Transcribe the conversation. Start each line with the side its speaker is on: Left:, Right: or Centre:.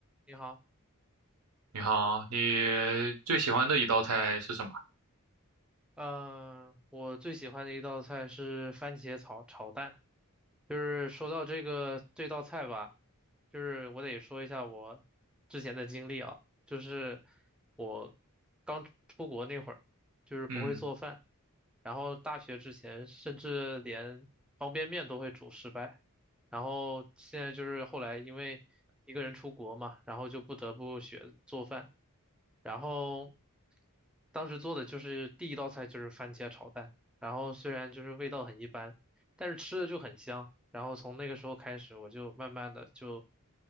Centre: 你好，
Right: 你好，你最喜欢的一道菜是什么？
Centre: 嗯、我最喜欢的一道菜是番茄炒炒蛋。就是说到这个这道菜吧，就是我得说一下我之前的经历啊，就是我刚出国那会儿，就是不会做饭，
Right: 嗯，
Centre: 然后大学之前甚至连方便面都会煮失败，然后现在就是后来因为一个人出国嘛，然后就不得不学做饭。然后当时做的就是第一道菜就是番茄炒蛋，然后虽然就是味道很一般，但是吃的就很香。然后从那个时候开始，我就慢慢的就